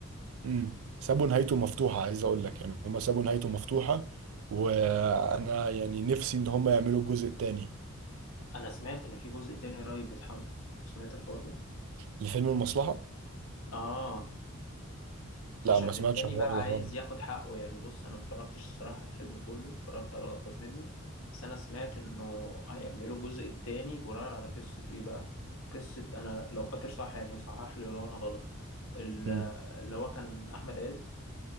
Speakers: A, on the right; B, on the left.
A: مم. سابوا نهايته مفتوحة عايز أقول لك يعني هما سابوا نهايته مفتوحة وأنا يعني نفسي إن هما يعملوا الجزء التاني
B: انا سمعت ان في جزء تاني قريب بيتحضر انت سمعت الحوار ده
A: لفيلم المصلحة
B: اه
A: لا
B: عشان
A: ما سمعتش
B: التاني
A: الحوار
B: بقى عايز
A: ده خالص
B: ياخد حقه يعني بص انا اتفرجتش الصراحة على الفيلم كله اتفرجت على لقطات منه بس انا سمعت انه هيعملوا الجزء التاني بناء على قصة ايه بقى قصة انا لو فاكر صح يعني وصحح لي لو انا غلط ال-
A: مم.
B: اللي هو كان احمد عز